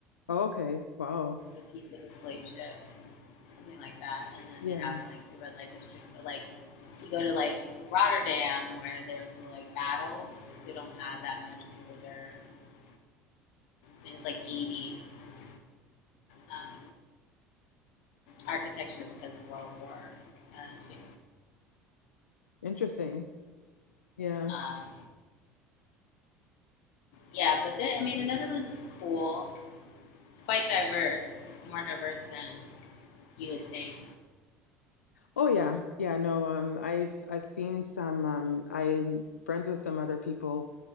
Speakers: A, on the left; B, on the left.
A: Oh, okay. Wow.
B: a piece of a slave ship, something like that. And then
A: Yeah.
B: they have like the red light district. But like if you go to like Rotterdam, where there was like battles, they don't have that much older. I mean, it's like 80s um, architecture because of World War uh, Two.
A: Interesting. Yeah.
B: Um, yeah, but the, I mean the Netherlands is cool. It's quite diverse, more diverse than you would think.
A: Oh yeah, yeah, no, um, I've I've seen some um I'm friends with some other people